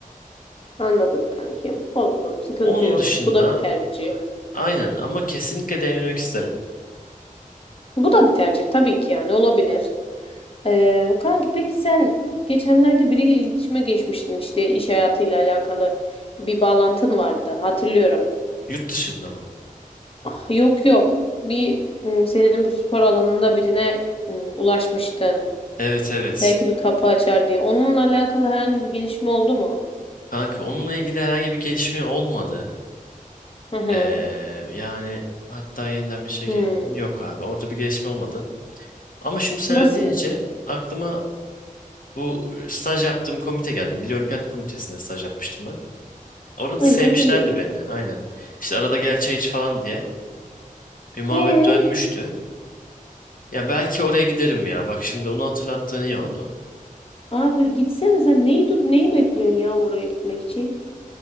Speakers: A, on the left; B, on the left.
A: Anladım kankim. Olsun. Sıkıntı
B: Onun
A: yok.
B: dışında
A: Bu da bir tercih.
B: aynen ama kesinlikle deneyimlemek isterim.
A: Bu da bir tercih tabii ki yani olabilir. Ee, kanki peki sen geçenlerde biriyle iletişime geçmiştin işte iş hayatıyla alakalı bir bağlantın vardı hatırlıyorum.
B: Yurt dışında mı?
A: Ah, yok yok. Bir ım, senin bu spor alanında birine ım, ulaşmıştın.
B: Evet evet.
A: Belki bir kapı açar diye. Onunla alakalı herhangi bir gelişme oldu mu?
B: Kanka onunla ilgili herhangi bir gelişme olmadı.
A: Hı hı.
B: Ee, yani hatta yeniden bir şey
A: Hı.
B: edeyim. Yok abi orada bir gelişme olmadı. Ama şimdi sen
A: Nasıl
B: öyle deyince
A: ya?
B: aklıma bu e, staj yaptığım komite geldi. Milli Olimpiyat Komitesi'nde staj yapmıştım ben. Orada da
A: Evet
B: sevmişlerdi
A: hatırlıyorum.
B: beni aynen. İşte arada gel çay iç falan diye bir muhabbet
A: E
B: dönmüştü. Ya belki oraya giderim ya. Bak şimdi onu hatırlattığın iyi oldu.
A: abi gitsene sen neyi dur neyi bekliyorsun ya oraya gitmek için?